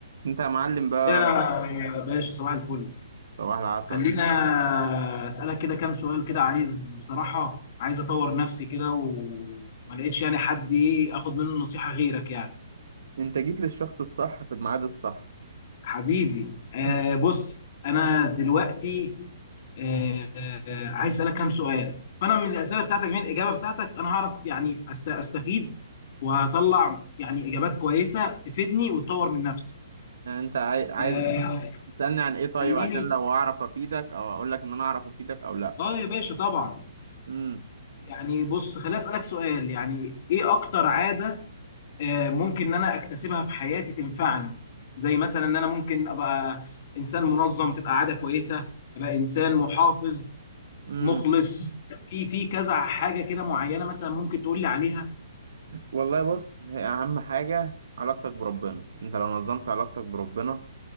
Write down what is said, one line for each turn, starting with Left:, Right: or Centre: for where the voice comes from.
Right: انت يا معلم بقى
Left: يا باشا صباح الفل
Right: صباح العسل
Left: خلينا اسالك كده كام سؤال كده عايز بصراحه عايز اطور نفسي كده وما لقيتش يعني حد ايه اخد منه نصيحه غيرك يعني
Right: انت جيت للشخص الصح في الميعاد الصح
Left: حبيبي آه
Right: <laughs>
Left: بص انا دلوقتي آه آه، عايز اسالك كام سؤال فانا من الاسئله بتاعتك من الاجابه بتاعتك انا هعرف يعني أست- استفيد وهطلع يعني اجابات كويسه تفيدني وتطور من نفسي
Right: يعني انت عاي... عايز
Left: آه
Right: تسألني عن ايه طيب
Left: خليني
Right: عشان لو اعرف افيدك او اقول لك ان انا اعرف افيدك او لا
Left: اه يا باشا طبعا
Right: امم
Left: يعني بص خليني اسالك سؤال يعني ايه اكتر عاده آه، ممكن ان انا اكتسبها في حياتي تنفعني زي مثلا ان انا ممكن ابقى انسان منظم تبقى عاده كويسه ابقى انسان محافظ
Right: امم
Left: مخلص في في كذا حاجه كده معينه مثلا ممكن تقول لي عليها
Right: والله بص هي اهم حاجة علاقتك بربنا انت لو نظمت علاقتك بربنا